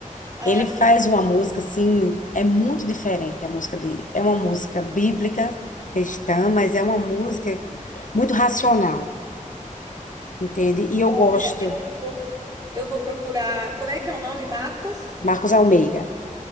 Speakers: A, on the right (about 30°); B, on the left (about 70°).
A: Ah,
B: Ele
A: sim.
B: faz uma música assim, é muito diferente a música dele. É uma música bíblica, cristã, mas é uma música muito racional, entende? E eu
A: Olha,
B: gosto.
A: eu vou, eu vou procurar. Como é que é o nome, Marcos?
B: Marcos Almeida.